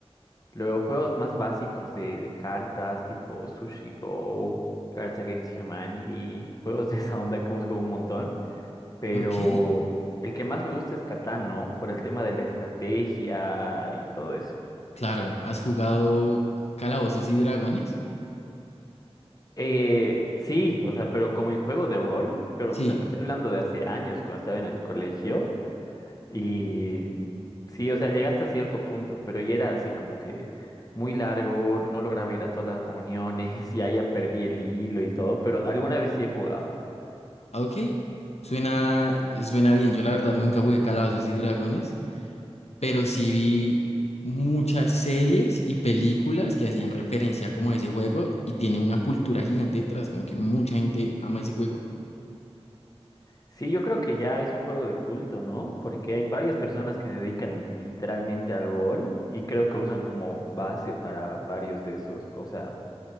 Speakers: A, on the left; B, on the left.
A: Luego juegos más básicos de, de cartas tipo Sushi Go, Cards Against Humanity, juegos de esa onda que hemos jugado un montón, pero
B: Ok,
A: el que más me gusta es Catán, ¿no? Por el tema de la estrategia y todo eso.
B: claro, ¿has jugado Calabozos y Dragones?
A: Eh, sí, o sea, pero como en juego de rol, pero
B: Sí,
A: puta, te estoy hablando de hace años, cuando estaba en el colegio, Y sí, o sea, llegué hasta cierto punto, pero ya era así como que muy largo, no lograba ir a todas las reuniones, <laughs> ya ya perdí el hilo y todo, pero alguna vez sí he jugado.
B: ok, suena, suena bien. Yo la verdad nunca jugué Calabozos y Dragones. pero sí vi muchas series y películas que hacían referencia como a ese juego y tiene una cultura gigante detrás, como que mucha gente ama ese juego.
A: Sí, yo creo que ya es un juego de culto, ¿no? Porque hay varias personas que se dedican literalmente al rol y creo que usan como base para varios de esos, o sea,